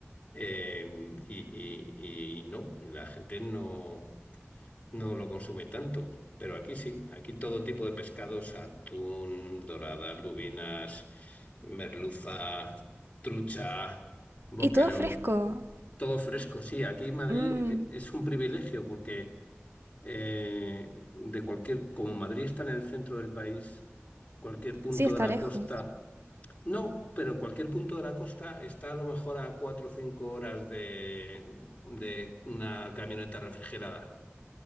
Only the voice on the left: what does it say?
eh, y, y y no, y la gente no. no lo consume tanto, pero aquí sí, aquí todo tipo de pescados, atún, doradas, lubinas, merluza, trucha, boquerón,
todo fresco. Sí, aquí en Madrid
es un privilegio porque eh, de cualquier, como Madrid está en el centro del país, cualquier punto
de la
costa, no, pero cualquier punto de la costa está a lo mejor a cuatro o cinco horas de, de una camioneta refrigerada.